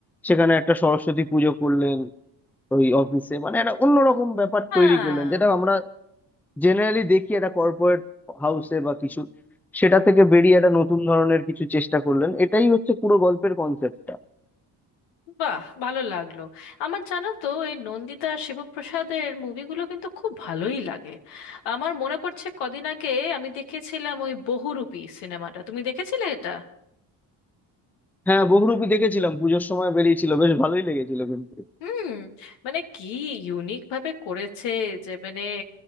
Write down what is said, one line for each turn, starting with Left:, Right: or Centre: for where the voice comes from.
Centre: সেখানে একটা সরস্বতী পুজো করলেন ওই অফিসে মানে একটা অন্যরকম ব্যাপার
Left: হ্যাঁ
Centre: তৈরি করলেন যেটা আমরা জেনারেলি দেখি একটা কর্পোরেট হাউসে বা কিছু সেটা থেকে বেরিয়ে একটা নতুন ধরনের কিছু চেষ্টা করলেন এটাই হচ্ছে পুরো গল্পের কনসেপ্টটা
Left: বাহ ভালো লাগলো আমার জানো তো এই নন্দিতা আর শিবপ্রসাদের মুভিগুলো কিন্তু খুব ভালোই লাগে আমার মনে পড়ছে কদিন আগে আমি দেখেছিলাম ওই বহুরূপী সিনেমাটা তুমি দেখেছিলে এটা
Centre: হ্যাঁ বহুরূপী দেখেছিলাম পুজোর সময় বেরিয়েছিল বেশ ভালোই লেগেছিল কিন্তু
Left: হুম মানে কি ইউনিক ভাবে করেছে যে মানে